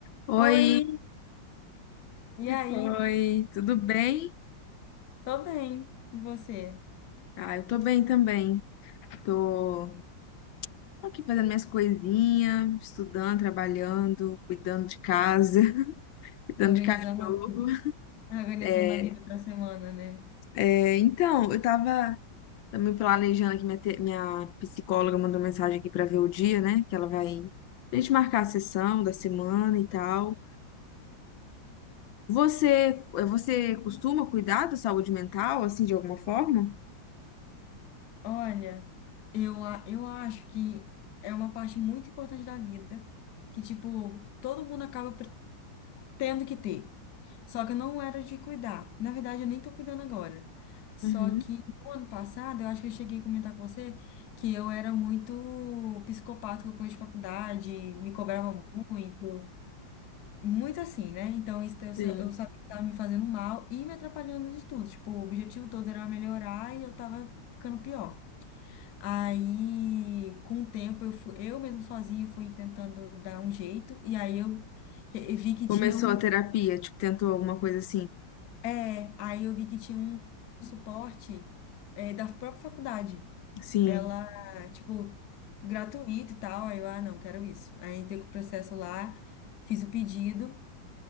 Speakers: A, on the left; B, on the left.
A: Oi,
B: Oi, e aí?
A: oi, tudo bem?
B: Tô bem, e você?
A: Ah, eu tô bem também. Tô, tô aqui fazendo minhas coisinhas, estudando, trabalhando, cuidando de casa, <laughs> cuidando
B: Organizando
A: de cachorro.
B: a vida, organizando
A: É,
B: a vida pra semana, né?
A: é, então, eu tava, tava me planejando aqui, minha, te- minha psicóloga mandou mensagem aqui pra ver o dia, né? Que ela vai a gente marcar a sessão da semana e tal. Você, você costuma cuidar da saúde mental, assim, de alguma forma?
B: Olha, eu, a- eu acho que é uma parte muito importante da vida que, tipo, todo mundo acaba pre- tendo que ter. Só que eu não era de cuidar. Na verdade, eu nem tô cuidando agora. Só
A: Uhum.
B: que no ano passado, eu acho que eu cheguei a comentar com você que eu era muito psicopata com coisa de faculdade, me cobrava muito. Muito assim, né? Então, isso eu, sa-
A: Sim.
B: eu sabia que estava me fazendo mal e me atrapalhando nos estudos. Tipo, o objetivo todo era melhorar e eu tava ficando pior. Aí, com o tempo, eu fui, eu mesmo sozinha fui tentando dar um jeito. E aí eu re- vi que
A: Começou
B: tinha um.
A: a terapia, tipo, tentou alguma coisa assim.
B: É, aí eu vi que tinha um suporte, é, da própria faculdade.
A: Sim.
B: Ela, tipo, gratuito e tal. Aí eu, ah, não, quero isso. Aí entrei com o processo lá, fiz o pedido.